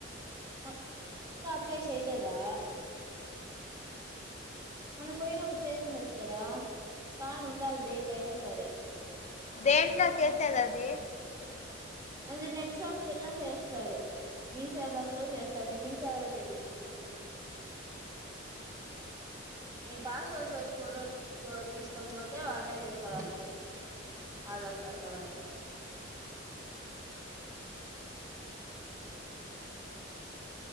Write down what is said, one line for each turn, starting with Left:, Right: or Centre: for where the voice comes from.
Right: అ ఇంకా అప్లై చేయలేదా మొన్న పోయినప్పుడు చేసిండచ్చు కదా పాన్ ఉండాలి దేకైనా సరే
Left: దేంట్లో చేసేది అది
Right: అది నెట్ షాప్ కేలిన చేస్తారు మీ సేవకులో చేస్తాని మీ సేవలో చేపించుకున్నా మీ పాస్పోర్ట్ సైజ్ ఫొటోస్ తీసుకొని పోతే వాళ్ళే చేస్తారు అంత అది ఆధార్ కార్డ్ లో అంతా